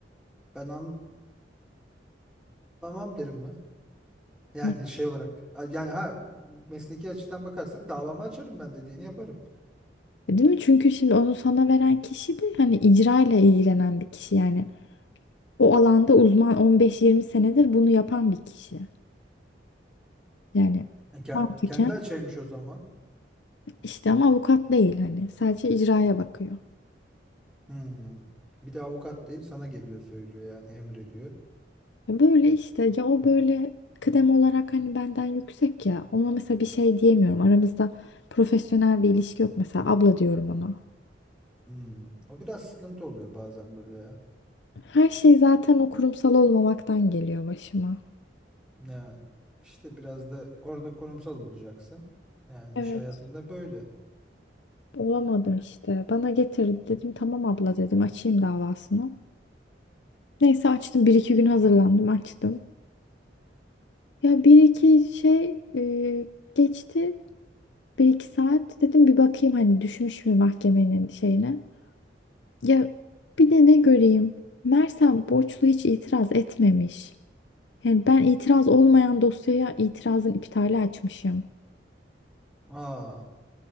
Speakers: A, in the centre; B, on the left.
A: ben anlamam derim buna. Yani
B: Ya.
A: şey olarak. Yani ha mesleki açıdan bakarsak davamı açarım ben dediğini yaparım.
B: Değil mi? Çünkü şimdi onu sana veren kişi de hani icra ile ilgilenen bir kişi yani. O alanda uzman 15-20 senedir bunu yapan bir kişi. Yani
A: E, ke-
B: mantıken
A: kendi açaymış o zaman.
B: işte ama avukat değil hani sadece icraya bakıyor.
A: Hmm. Bir de avukat değil sana geliyor söylüyor yani emrediyor.
B: Ya böyle işte ya o böyle kıdem olarak hani benden yüksek ya ona mesela bir şey diyemiyorum. Aramızda profesyonel bir ilişki yok mesela abla diyorum ona.
A: Hmm. O biraz sıkıntı oluyor bazen böyle ya.
B: Her şey zaten o kurumsal olmamaktan geliyor başıma.
A: Ya işte biraz da orada kurumsal olacaksın. Yani
B: Evet.
A: iş hayatında böyle.
B: Olamadım işte. Bana getirdi dedim tamam abla dedim açayım davasını. Neyse açtım bir iki gün hazırlandım açtım. Ya bir iki şey e, geçti bir iki saat dedim bir bakayım hani düşmüş mü mahkemenin şeyine. Ya bir de ne göreyim? Mersem borçlu hiç itiraz etmemiş. Yani ben itiraz olmayan dosyaya itirazın iptali açmışım.
A: Aa.